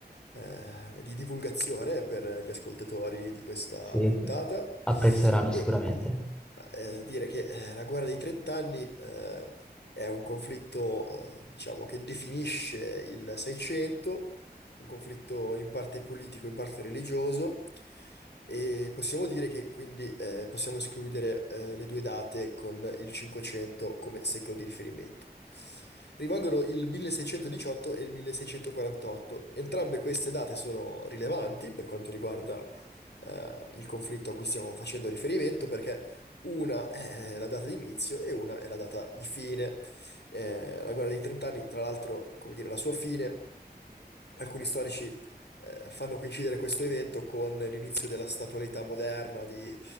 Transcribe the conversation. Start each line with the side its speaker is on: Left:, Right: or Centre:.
Left: eh, di divulgazione per gli ascoltatori di questa
Centre: Sì,
Left: puntata
Centre: che apprezzeranno
Left: e
Centre: sicuramente.
Left: eh, dire che eh, la guerra dei trent'anni eh, è un conflitto, eh, diciamo, che definisce il Seicento un conflitto in parte politico, in parte religioso, e possiamo dire che quindi eh, possiamo escludere eh, le due date con il 500 come secolo di riferimento. Rimangono il 1618 e il 1648. Entrambe queste date sono rilevanti per quanto riguarda eh, il conflitto a cui stiamo facendo riferimento, perché una è eh, la data di inizio e una è la data di fine. Eh, la guerra dei trent'anni, tra l'altro, come dire, la sua fine, alcuni storici eh, fanno coincidere questo evento con l'inizio della statualità moderna, di,